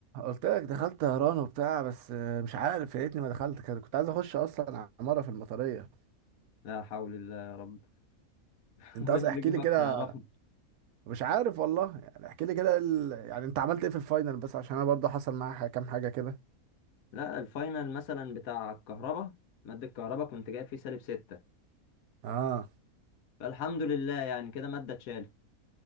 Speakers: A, on the right; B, on the left.
A: قلت لك دخلت طهران وبتاع بس آه، مش عارف يا ريتني ما دخلت كده كنت عايز اخش اصلا عمارة في المطرية
B: لا حول الله يا رب <laughs>
A: انت
B: وايه
A: اصلا
B: اللي
A: احكي
B: جابك
A: لي كده
B: طيران
A: مش عارف والله يعني احكي لي كده ال... يعني انت عملت ايه في الفاينل بس عشان انا برضه حصل معايا ح- كام حاجه كده
B: لا الفاينل مثلا بتاع الكهرباء مادة الكهرباء كنت جايب فيه سالب ستة
A: اه
B: فالحمد لله يعني كده مادة اتشالت